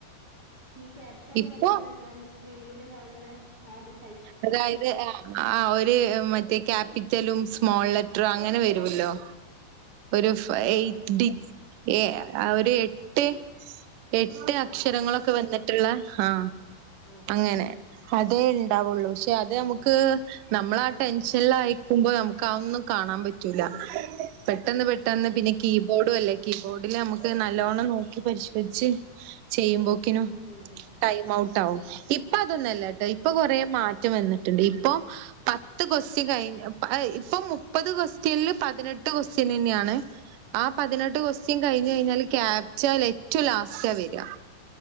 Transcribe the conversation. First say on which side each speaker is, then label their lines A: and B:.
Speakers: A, on the right; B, on the right.
A: ഈ ക്യാപ്ച്ചാന്ന്
B: ഇപ്പൊ
A: പറഞ്ഞാലെന്താ ഈ സ്ക്രീനില് കാൺണെ ആത് ട്ട്
B: അതായ് ര് ഏ ആ ഒര് മറ്റേ ക്യാപിറ്റലും സ്മോൾലെറ്ററും അങ്ങനെ വരുവല്ലോ
A: <inaudible>
B: ഒരു ഫയ്
A: ആഹ്
B: എയ്റ്റ്
A: ആഹ്
B: ഡിജ് ഏ ഒരു എട്ട് എട്ട് അക്ഷരങ്ങളൊക്കെ
A: ആ
B: വന്ന്ട്ട്ള്ള ആ
A: ഉം
B: അങ്ങനെ അതേ ണ്ടാവുള്ളൂ പക്ഷെ അത്
A: ആഹ്
B: നമുക്ക് നമ്മളാ ടെൻഷൻല് ആയേക്കുമ്പോ നമുക്ക് ആതൊന്നും കാണാൻ പറ്റൂല പെട്ടെന്ന് പെട് പെട്ടെന്ന്
A: ഓ
B: പിന്നെ കീബോഡും അല്ലേ കീബോഡില് നമുക്ക് നല്ലോണം നോക്കി പരിശോധിച്ച് ചെയ് ചെയ്യുമ്പോ റ്റ്യനും
A: ഉം ഉം
B: ടൈം ഔട്ട്‌ ആവും ഇപ്പ അതൊന്നല്ലട്ടോ
A: ഓ
B: ഇപ്പ കൊറെ മാറ്റം വന്നിട്ടുണ്ട് ഇപ്പൊ പത്ത് ക്വസ്റ്റ്യൻ കഴിഞ്ഞ പ്പ ആയ് ഇപ്പ മുപ്പത് ക്വസ്റ്റ്യൻല് പതിനെട്ട് ക്വസ്റ്റ്യനെന്നെയാണ് ആ പതിനെട്ട് ക്വസ്റ്റ്യൻ കഴിഞ് കഴിഞ്ഞാല് ക്യാപ്ചല് ഏറ്റവും ലാസ്റ്റ വരാ